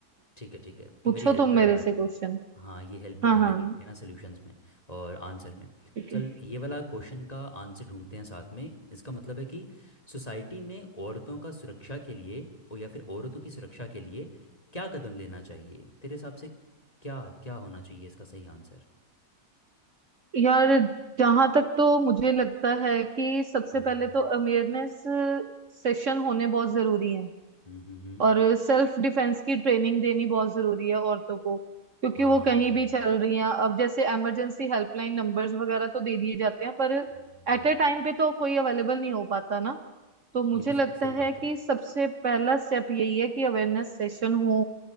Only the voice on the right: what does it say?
पूछो
तुम
मेरे
से क्वेश्चन
हाँ हाँ
ठीक
है
यार जहां तक तो मुझे लगता है कि सबसे
पहले तो अवेयरनेस सेशन होने बहुत जरूरी है
और सेल्फ डिफेंस की ट्रेनिंग देनी बहुत जरूरी है औरतों को क्योंकि
वो कहीं भी चल रही हैं अब जैसे इमरजेंसी हेल्पलाइन नंबर्स वगैरह तो दे दिए जाते हैं पर एट
ए टाइम पे तो कोई अवेलेबल नहीं हो पाता ना तो मुझे
लगता
है कि
सबसे पहला स्टेप यही है कि अवेयरनेस सेशन हो